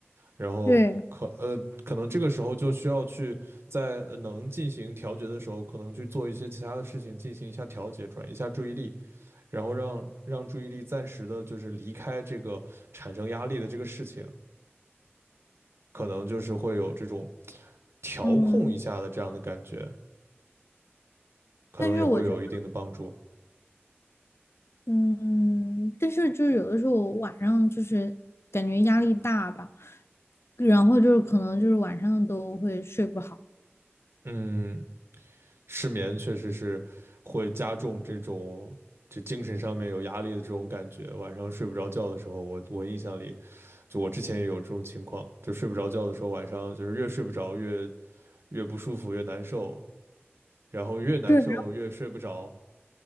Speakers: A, on the right (about 70°); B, on the left (about 70°).
A: 然后可呃可能这个时候就需要去在能进行调节的时候，
B: 对，
A: 可能去做一些其他的事情进行一下调节，转移一下注意力，然后让让注意力暂时的就是离开这个产生压力的这个事情，可能就是会有这种调控一下的这样的感觉，
B: 嗯，
A: 可能也会有一定的帮助。
B: 但是我觉得，嗯，但是就是有的时候我晚上就是感觉压力大吧，然后就是可能就是晚上都会睡不好。
A: 嗯，失眠确实是会加重这种就精神上面有压力的这种感觉。晚上睡不着觉的时候，我我印象里，就我之前也有这种情况，就睡不着觉的时候，晚上就是越睡不着越越不舒服，越难受，然后越难受越睡不着。
B: 对。